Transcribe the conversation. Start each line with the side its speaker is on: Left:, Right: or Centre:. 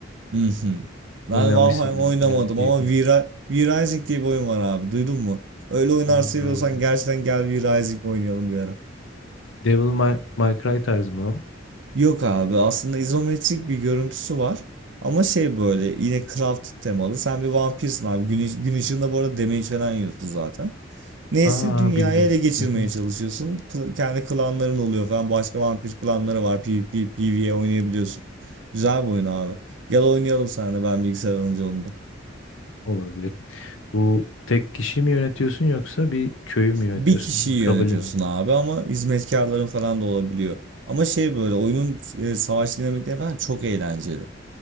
Right: Hı hı. Ben
Left: oynamışsındır
Right: Valheim oynamadım
Left: bayağı keyifli.
Right: ama V-Rising V-Rising diye bir oyun var abi. Duydun mu? Öyle oyunlar
Left: Bir
Right: seviyorsan
Left: Rising.
Right: gerçekten gel V-Rising oynayalım bir ara.
Left: Devil May, May Cry tarzı mı o?
Right: Yok abi aslında izometrik bir görüntüsü var. Ama şey böyle yine craft temalı. Sen bir vampirsin abi. Gün, ış- gün ışığında bu arada damage falan yiyorsun zaten. Neyse
Left: Aa
Right: dünyayı
Left: bildim.
Right: ele geçirmeye
Left: Hı hı.
Right: çalışıyorsun. Kla- kendi klanların oluyor falan. Başka vampir klanları var. PvP, PvE oynayabiliyorsun. Güzel bir oyun abi. Gel oynayalım seninle ben bilgisayar alınca onu da.
Left: Olabilir. Bu tek kişi mi yönetiyorsun yoksa bir köyü mü yönetiyorsun?
Right: bir kişiyi yönetiyorsun
Left: Kabile mi?
Right: abi ama hizmetkarların falan da olabiliyor. Ama şey böyle oyunun e, savaş dinamikleri falan çok eğlenceli.